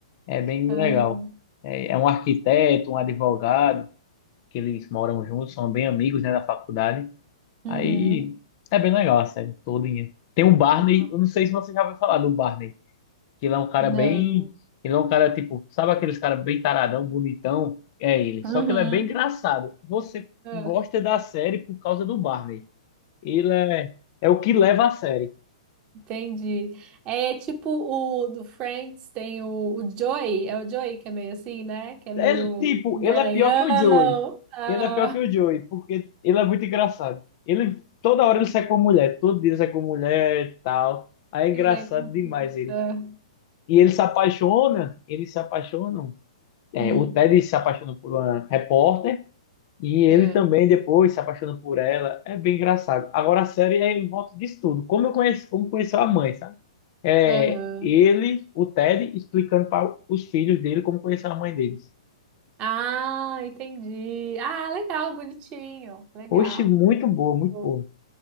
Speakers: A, on the left; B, on the right.
A: É bem
B: ah,
A: legal. É, é um arquiteto, um advogado. que eles moram juntos, são bem amigos, né, da faculdade.
B: uhum.
A: Aí é bem legal a série todinha. Tem o Barney,
B: Ah,
A: eu não sei se você já ouviu falar do Barney, que ele é um cara
B: Não.
A: bem, ele é um cara tipo, sabe aqueles cara bem taradão, bonitão? É ele,
B: Uhum.
A: só que ele é bem engraçado. Você
B: Ah,
A: gosta da série por causa do Barney. Ele é, é o que leva a série.
B: Entendi. É é tipo o do Friends, tem o, o Joey, é o Joey que é meio assim, né? Que é
A: Ele,
B: meio
A: tipo,
B: garanhão,
A: ele é pior que o Joey.
B: aham,
A: Ele é pior que o Joey, porque ele é muito engraçado. Ele, toda hora ele sai com mulher, todo dia ele sai com mulher e tal. Aí é
B: e
A: engraçado
B: vem com.
A: demais
B: <laughs>
A: ele.
B: Ah,
A: E ele se apaixona, eles se apaixonam. É,
B: hum,
A: o Ted se apaixona por uma repórter e ele
B: ah,
A: também depois se apaixona por ela. É bem engraçado. Agora a série é em volta disso tudo. Como eu conheço, como conheceu a mãe, sabe? É
B: aham.
A: ele, o Ted, explicando para os filhos dele como conheceu a mãe deles.
B: Ah, entendi. Ah, legal, bonitinho, legal.
A: Oxe, muito boa, muito
B: Vou-
A: boa.